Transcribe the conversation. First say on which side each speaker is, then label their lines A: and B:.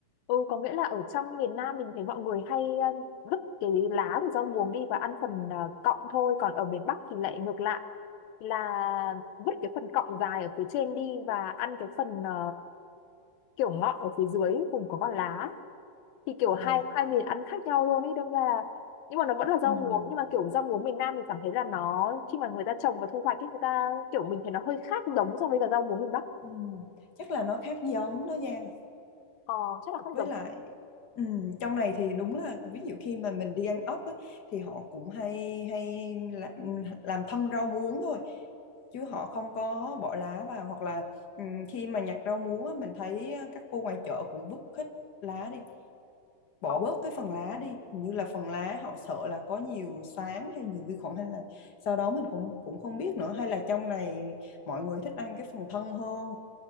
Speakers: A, on the left; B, on the left.
A: Ừ, có nghĩa là ở trong miền Nam mình thấy mọi người hay um, vứt cái lá của rau muống đi và ăn phần ờ, cọng thôi, còn ở miền Bắc thì lại ngược lại là vứt cái phần cọng dài ở phía trên đi và ăn cái phần ờ, kiểu ngọn ở phía dưới vùng có con lá. Thì kiểu hai
B: à.
A: hai miền ăn khác nhau luôn ấy, đâm ra là nhưng mà nó vẫn là rau
B: ừm,
A: muống nhưng mà kiểu rau muống miền Nam mình cảm thấy là nó khi mà người ta trồng và thu hoạch ấy người ta kiểu mình thấy nó hơi khác giống so với cả rau muống miền Bắc.
B: ừm. chắc là nó khác giống đó Giang
A: Ờ, chắc là khác
B: với
A: giống.
B: lại ừm, trong này thì đúng là ví dụ khi mà mình đi ăn ốc á, thì họ cũng hay hay làm, làm thân rau muống thôi chứ họ không có bỏ lá vào hoặc là ừm, khi mà nhặt rau muống á, mình thấy ờ, các cô ngoài chợ cũng vứt hết lá đi bỏ
A: Ờ,
B: bớt cái phần lá đi hình như là phần lá họ sợ là có nhiều xoáng hay nhiều vi khuẩn hay là sau đó mình cũng cũng không biết nữa hay là trong này mọi người thích ăn cái phần thân hơn